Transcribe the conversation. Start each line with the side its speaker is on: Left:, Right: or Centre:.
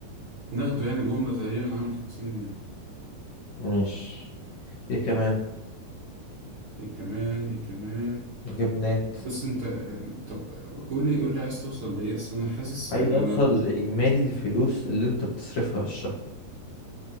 Right: ناخده يعني جملة تقريبا عامل خمسين جنيه
Left: ماشي ايه كمان
Right: ايه كمان ايه كمان
Left: جبنات
Right: بص انت آه، طب قول لي قول لي عايز توصل لإيه اصل انا حاسس
Left: عايز
Right: ان
Left: أوصل
Right: انا مش
Left: لإجمالي الفلوس اللي أنت بتصرفها في الشهر